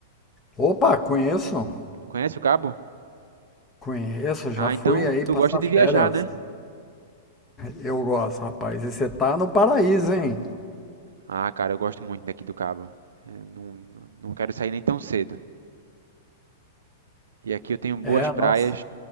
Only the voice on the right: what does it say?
Conhece o Cabo?
Ah,
então
tu
gosta de viajar,
né?
Ah, cara, eu gosto muito daqui do Cabo. Eu não, não quero sair nem tão cedo. E aqui eu tenho boas
praias